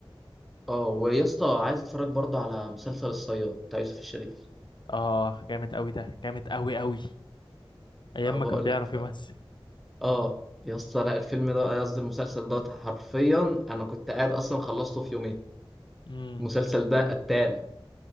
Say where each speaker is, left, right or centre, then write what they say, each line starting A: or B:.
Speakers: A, in the centre; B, on the left.
A: اه ويا اسطى عايز اتفرج برضه على مسلسل الصياد بتاع يوسف الشريف
B: اه جامد قوي ده جامد قوي قوي ايام
A: ما بقول
B: ما كان بيعرف
A: لك
B: يمثل
A: اه يا اسطى لا الفيلم ده قصدي المسلسل ده حرفيا انا كنت قاعد اصلا خلصته في يومين
B: امم
A: المسلسل ده قتال